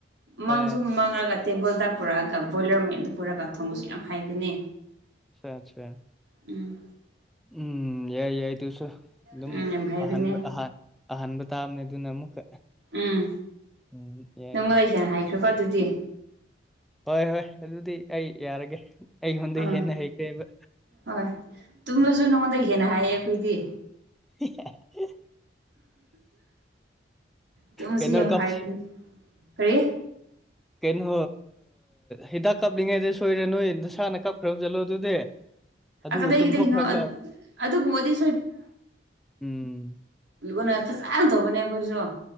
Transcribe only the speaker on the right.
ꯃꯥꯡꯁꯨꯨꯝ
ꯃꯥꯡꯂꯒ ꯇꯦꯕꯜꯗ ꯄꯨꯔꯛꯑꯒ ꯕꯣꯏꯂꯔ ꯃꯌꯥꯝꯗ ꯄꯨꯔꯒ ꯊꯣꯡꯕꯁꯨ ꯌꯥꯝ ꯍꯥꯏꯕꯅꯦ
ꯎꯝ
ꯎꯝ ꯌꯥꯝ ꯍꯥꯏꯕꯅꯦ
ꯎꯝ
ꯅꯪꯉꯣꯟꯗ
ꯍꯦꯅ ꯍꯥꯏꯈ꯭ꯔꯦꯀꯣ ꯑꯗꯨꯗꯤ
ꯑꯥ
ꯍꯣꯏ ꯇꯨꯝꯃꯁꯨ ꯅꯉꯣꯟꯗꯒꯤ ꯍꯦꯟꯅ ꯍꯥꯏꯌꯦ ꯑꯩꯈꯣꯏꯗꯤ
ꯑꯗꯨꯃꯁꯨ
ꯌꯥꯝ
ꯍꯥꯏꯕꯅꯤ ꯀꯔꯤ
ꯀꯗꯥꯏꯒꯤꯗꯒꯤꯅꯣ
ꯑꯗꯨꯒꯨꯝꯕꯗꯤ
ꯣꯟꯅ ꯐꯖꯅ ꯇꯧꯕꯅꯦ ꯑꯩꯈꯣꯏꯁꯨ